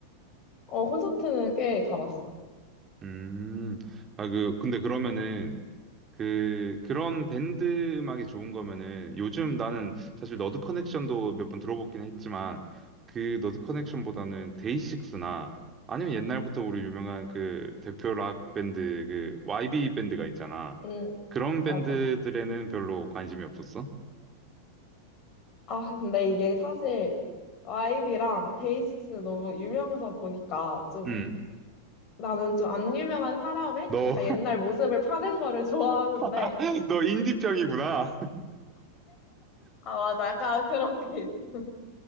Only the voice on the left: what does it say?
어, 콘서트는 꽤 가봤어.
응,
맞아.
아, 근데 이게 사실 YB랑 데이식스 너무 유명해서 보니까 좀
나는 좀 안 유명한 사람의
약간 옛날 모습을 파는 거를 <laughs> 좋아하는데
아, 맞아. 약간 그런 게 있어.